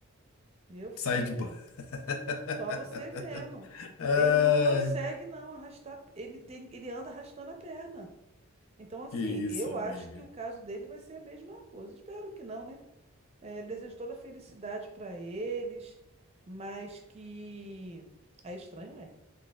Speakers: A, on the right; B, on the left.
A: <laughs> meu filho.
B: Sai de bola. <laughs>
A: Só você vendo.
B: Ai,
A: Ele não consegue não arrastar, ele tem, ele anda arrastando a perna. Então, assim,
B: que isso,
A: eu
B: amiga.
A: acho que o caso dele vai ser a mesma coisa. Espero que não, né? É, desejo toda a felicidade para eles, mas que é estranho, é.